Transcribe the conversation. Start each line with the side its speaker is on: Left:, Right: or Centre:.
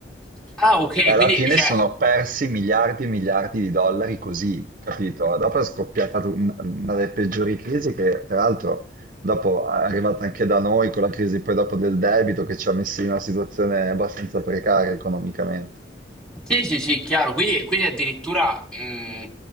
Centre: Ah, ok,
Right: E alla
Centre: quindi
Right: fine
Centre: cioè,
Right: sono persi miliardi e miliardi di dollari così, capito? Dopo è scoppiata tu- un- una delle peggiori crisi che, tra l'altro, dopo è arrivata anche da noi con la crisi poi dopo del debito che ci ha messi in una situazione abbastanza precaria economicamente.
Centre: Sì, sì, sì, chiaro. Quindi, quindi addirittura mh,